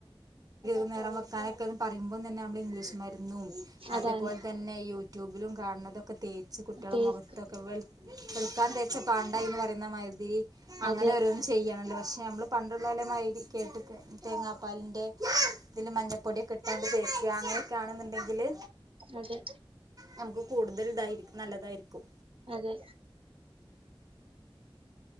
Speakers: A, on the right (about 40°); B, on the right (about 75°).
A: <inaudible> അതുപോലെതന്നെ അവിടെ ഇംഗ്ലീഷ് മരുന്ദും- അതേപോലെ
B: അതാണ്
A: തന്നെയാ യൂട്യൂബിലും കാണുന്ന- തേച്ചു കുട്ടികളെ
B: തേക്ക്
A: മുഖത്തൊക്കെ വെളി- വെളുക്കാൻ തേച്ചത്- പാണ്ടായി എന്ന് പറയുന്ന മാതിരി അങ്ങനെ
B: അതെ
A: ഓരോന്ന്ചെയ്യ <inaudible> ക്ഷേ നമ്മള് പണ്ടുള്ളോലമാതിരി കേട്ട്ക്കാ തേങ്ങാപാലിന്റെ തില് മഞ്ഞപ്പൊടി ഒക്കെട്ട് ക്കാണ്ട് തേക്കാ അങ്ങനൊക്കെ ആണന്ന്ണ്ടങ്കി ങ്കില്
B: അതെ
A: ഞമ്മക്ക് കൂടുതൽതായിരിക്കും നല്ലതായിരിക്കും
B: അതെ